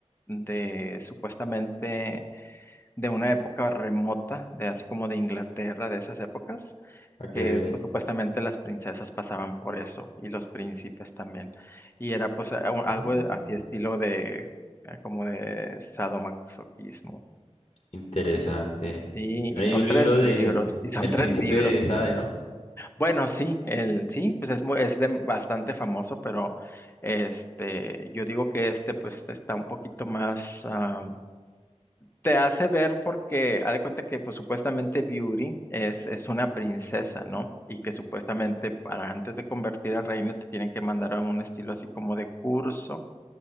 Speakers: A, on the left (about 20°); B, on the left (about 45°).
A: de supuestamente de una época remota, de así como de Inglaterra, de esas épocas,
B: Okay.
A: que pues, supuestamente las princesas pasaban por eso, y los príncipes también. Y era pues a- un-
B: Mm.
A: algo así estilo de, eh, como de sadomasoquismo.
B: Interesante.
A: Sí, y
B: Hay
A: son
B: un
A: tres
B: libro
A: libros,
B: de mm,
A: y son
B: El
A: tres
B: Príncipe
A: libros.
B: de Sade, ¿no?
A: Bueno, sí, el sí, pues es muy, es de- bastante famoso, pero este, yo digo que este pues está un poquito más ah, te hace ver porque haz de cuenta que pues supuestamente Beauty es, es una princesa, ¿no? Y que supuestamente para antes de convertir a reina te tienen que mandar a un estilo así como de curso,